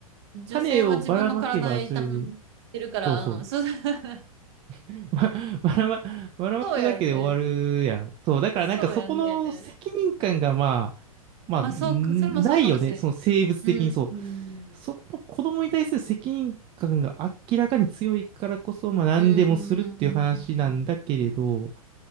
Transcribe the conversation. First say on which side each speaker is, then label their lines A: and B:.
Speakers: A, on the right; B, on the right.
A: 女性は自分の体痛め
B: 種をばらまけばそれで、
A: てるから、
B: そうそう。
A: うん、そう、<laughs>
B: ば、<laughs> ばらま、
A: うん
B: ばらまくだけで終わるやん。
A: そうやね。
B: そう、だからなんかそこの責任感がまあ、
A: そうやね。
B: まあ、
A: まあ、
B: んないよね。
A: そうか、それもそうかもしれない。
B: その生物的にそう。
A: うん。うん。
B: そこの子供に対する責任感が明らかに強いからこそ、まあ何でもするっていう話なんだけれど、
A: うん。